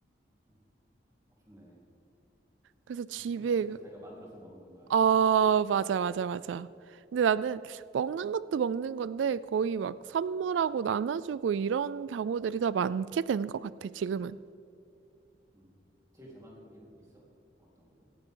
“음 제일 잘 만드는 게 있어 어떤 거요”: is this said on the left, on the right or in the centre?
Right